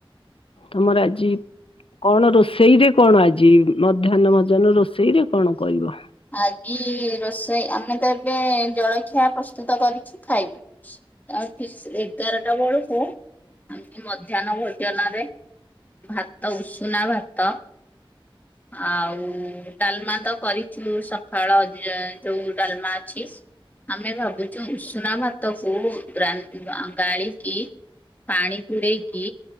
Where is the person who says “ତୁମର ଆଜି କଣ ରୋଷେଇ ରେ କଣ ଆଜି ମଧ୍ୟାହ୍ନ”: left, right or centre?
Left